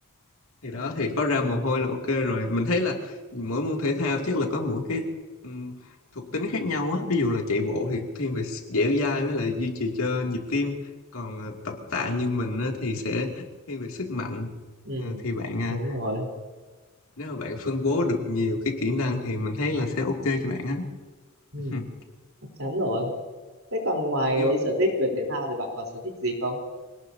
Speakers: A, on the left (about 70°); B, on the right (about 70°).
A: thì đó thì có ra mồ
B: Ừm,
A: hôi là ok rồi mình thấy là mỗi môn thể thao chắc là có mỗi cái ừm, thuộc tính khác nhau á ví dụ là chạy bộ
B: ừm,
A: thì thiên về dẻo dai với lại duy trì cho nhịp tim còn ờ, tập tạ như mình á, thì sẽ thiên về sức mạnh
B: ừm,
A: Ờ, thì bạn à,
B: Đúng rồi.
A: nếu mà bạn phân bố được nhiều cái kỹ năng thì mình thấy là sẽ ok cho bạn á
B: Ừm,
A: <laughs>
B: Chắc chắn rồi. Thế còn ngoài
A: nhưng
B: cái
A: mà,
B: sở thích về thể thao thì bạn còn sở thích gì không?